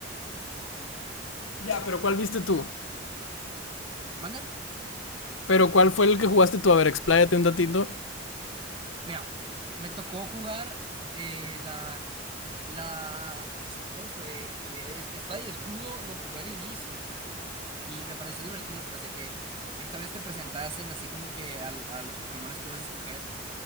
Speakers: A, on the left; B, on the right.
A: Ya, pero ¿cuál viste tú?
B: ¿Mande?
A: Pero ¿cuál fue el que jugaste tú? A ver, expláyate un datito.
B: Mira, me tocó jugar eh, la, la, ¿cuál fue? Eh, es- Espada y Escudo lo jugué al inicio y me pareció divertido, pues de que esta vez te presentasen así como que al- a, los Pokémones que ibas a escoger